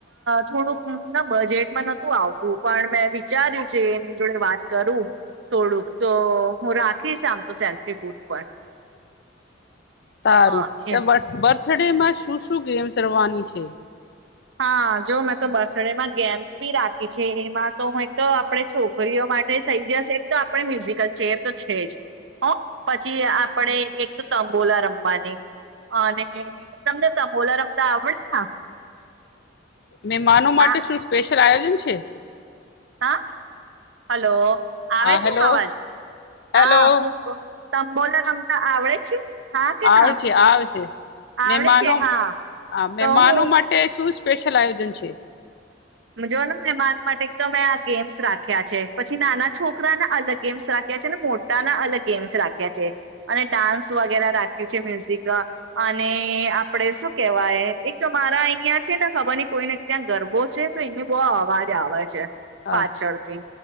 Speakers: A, on the right; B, on the left.
A: થોડુંક બજેટમાં નતું આવતું પણ મેં વિચાર્યું છે, એની જોડે વાત કરું થોડુંક તો હું રાખીશ આમ તો સેન્સિવ બુથ પર
B: સારું
A: હ એ
B: બથળેમાં શું શું ગેમ્સ રવાની છે.
A: હા જો મેં તો બસડેમાં ગેમ્સ ભી રાખી છે એમાં તો હું એક તો આપણે છોકરીઓ માટે થઇ જશ એક તો આપણે મ્યુઝિકલ ચેર તો છે, જ પછી આપણે એક તો તંબોલા રમવાની અને તમને તંબોલા રમતા આવડે ને
B: મહેમાનો માટે
A: હા
B: શું સ્પેશ આયોજન છે.
A: હા હલો આવે
B: હા
A: છે,
B: હેલો
A: અવાજ હા
B: હેલો
A: હું તંબોલ રમતા આવડે છે. હા કે
B: આવશે
A: ના
B: આવશે મેમાનો
A: આવડે છે હા
B: અ મહેમાનો
A: તો હું
B: માટે શું સ્પેશલ આયોજન છે.
A: જોઓ ને મહેમાન માટે તો મેં આ ગેમ્સ રાખ્યા છે પછી નાના છોકરા ના અલગ ગેમ્સ રાખ્યા છે ને મોટા ના અલગ ગેમ્સ રાખ્યા છે અને ડાન્સ વગેરા રાખ્યું છે મ્યુઝિક અને આપડે શું કેવાય એક તો મારા અહિયાં છે ને ખબર નઈ કોઈને ત્યાં ગરબો છે. તો એને બહુ અવાજ આવે છે.
B: અચ્છા
A: પાછળ થી